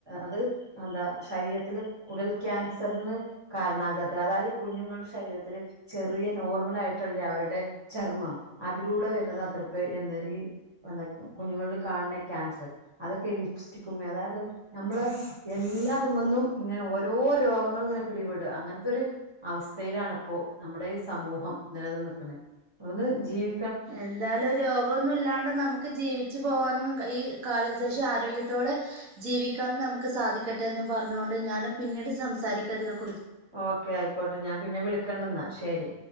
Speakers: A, on the right; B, on the right.
A: അത് എന്താ ശരീരത്തിൽ കൂടൽ ക്യാൻസറിന് കാരണാകാത്തത് അതായത് കുഞ്ഞുങ്ങളുടെ ശരീരത്തില് ചെറിയ നോർമൽ ആയിട്ടുള്ളേ അവരുടെ ചർമ്മം അതിലൂടെ വരുന്നത് അത്ര ഇപ്പോ എന്താ ഈ എന്താ കുഞ്ഞുകളിൽ കാണുന്ന ക്യാൻസർ അതൊക്കെ ലിപ്സ്റ്റിക്കും അതായത് നമ്മള് എല്ല എല്ലാ ഇതുമന്നും ഇങ്ങനെ ഓരോ രോഗങ്ങളും ഇങ്ങനെ പിടിപെടുക അങ്ങനത്തെൊരു അവസ്ഥയിലണിപ്പോ നമ്മുടെ ഈ സമൂഹം നില നിൽക്കണ അത് കെണ്ട് ജീവി
B: എന്താലും രോഗമൊന്നും ഇല്ലാണ്ട് നമു നമുക്ക് ജീവിച്ചു പോകാനും ഈ കാല ശേഷം ആരോഗ്യത്തോടെ ജീവിക്കാൻ നമുക്ക് സാധിക്കട്ടെ എന്ന് പറഞ്ഞൊണ്ട് ഞാൻ പിന്നീട് സംസാരിക്ക അതിന
A: ഓക്കെ ആയിക്കോട്ടെ ഞാൻ പിന്നെ വിളിക്കണ്ടന്നാ ശരി